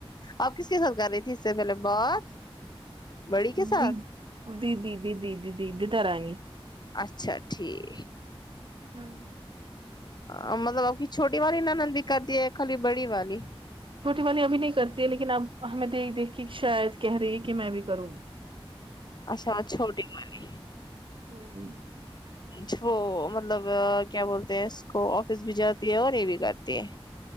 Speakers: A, on the left (about 45°); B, on the right (about 60°).
A: اب کس کے ساتھ کر رہی تھی اس سے پہلے بات بڑی کے ساتھ
B: دی دیدی دیدی دیدی دی دھرانی
A: اچھا ٹھیک
B: نم
A: ہاں مطلب اب کی چھوٹی والی نند بھی کر دی ہے خالی بڑی والی
B: چھوٹی والی ابھی نہیں کرتی ہے لیکن اب ہمیں دیکھ دیکھ کے شاید کہہ رہی ہے کہ میں بھی کروں گی
A: اچھا چھوٹی والی
B: ہوں
A: ی چھو وہ مطلب کیا بولتے ہیں اس کو آفس بھی جاتی ہے اور یہ بھی کرتی ہے